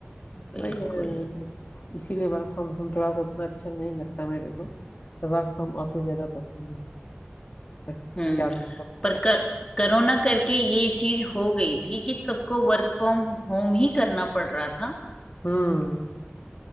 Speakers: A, on the left; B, on the left.
A: बिल्कुल
B: भाई यार तो इसीलिए वर्क फ्रॉम होम थोड़ा सा उतना अच्छा नहीं लगता मेरे को तो वर्क फ्रॉम ऑफिस ज्यादा पसंद है पर क्या
A: हम्म
B: करूं?
A: पर कर, कोरोना करके ये चीज हो गई थी कि सबको वर्क फ्रॉम होम ही करना पड़ रहा था
B: हम्म